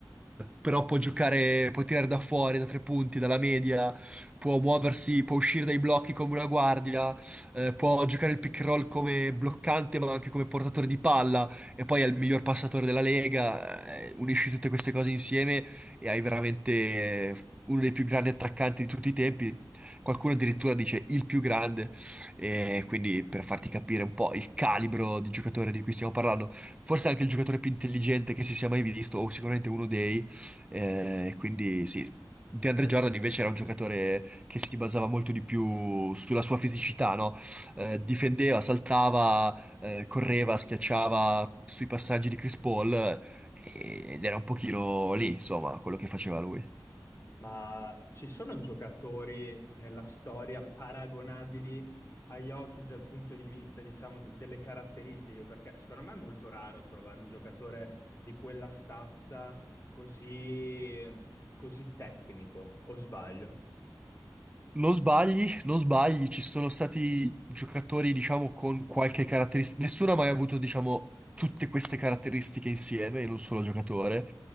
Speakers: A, on the right; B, on the left.
A: però può
B: <laughs>
A: giocare, può tirare da fuori, da tre punti, dalla media, può muoversi, può uscire dai blocchi come una guardia, eh, può giocare il pick and roll come bloccante, ma anche come portatore di palla e poi è il miglior passatore della Lega, eh, unisci tutte queste cose insieme e hai veramente eh, uno dei più grandi attaccanti di tutti i tempi. Qualcuno addirittura dice il più grande, e quindi per farti capire un po' il calibro di giocatore di cui stiamo parlando, forse anche il giocatore più intelligente che si sia mai visto, o sicuramente uno dei, eh, quindi sì. DeAndre
B: Beh,
A: Jordan invece era un giocatore che si basava molto di più sulla sua fisicità, no? Eh, difendeva, saltava, eh, correva, schiacciava sui passaggi di Chris Paul eh, ed era un pochino lì, insomma, quello che faceva lui.
B: Ma ci sono giocatori nella storia paragonabili a Jokic dal punto di vista, diciamo, d- delle caratteristiche? Perché secondo me è molto raro trovare un giocatore di quella stazza così, ehm, così tecnico, o sbaglio?
A: Non sbagli, non sbagli, ci sono stati giocatori, diciamo, con qualche caratteristica. Nessuno ha mai avuto, diciamo, tutte queste caratteristiche insieme in un solo giocatore.